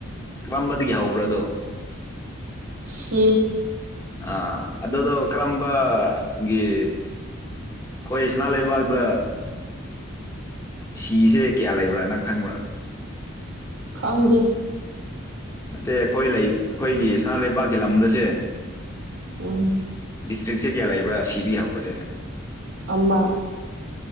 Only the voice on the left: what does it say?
ꯀꯔꯝꯕꯗꯒꯤ ꯍꯧꯕ꯭ꯔꯗꯣ
ꯑꯥ ꯑꯗꯨꯗꯣ ꯀꯔꯝꯕ ꯒꯤ ꯈꯣꯏ ꯁꯅꯥ ꯂꯩꯕꯥꯛꯇ ꯁꯤꯁꯦ ꯀꯌꯥ ꯂꯩꯕ꯭ꯔꯥ ꯅꯪ ꯈꯪꯕ꯭ꯔꯥ
ꯅꯠꯇꯦ ꯑꯩꯈꯣꯏ ꯂꯩ ꯑꯩꯈꯣꯏꯒꯤ ꯏꯅꯥ ꯂꯩꯕꯥꯛꯀꯤ ꯂꯝꯗꯁꯦ
ꯗꯤꯁꯇ꯭ꯔꯤꯛꯁꯦ ꯀꯌꯥ ꯂꯩꯕ꯭ꯔꯥ ꯁꯤꯗꯒꯤ ꯍꯧꯕꯁꯦ